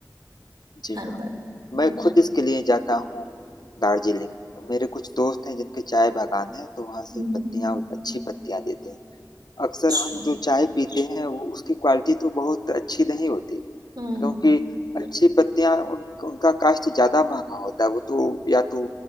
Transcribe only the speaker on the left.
जी
हाँ मैं
खुद इसके लिए जाता हूँ दार्जिलिंग मेरे कुछ दोस्त हैं जिनके चाय बागान है तो वहाँ से
पत्तियाँ अच्छी पत्तियाँ देते हैं अक्सर
हम जो चाय पीते हैं वो उसकी क्वालिटी तो बहुत अच्छी नहीं होती
क्योंकि अच्छी पत्तियां उन, उनका कास्ट ज्यादा महंगा होता है वो तो या तो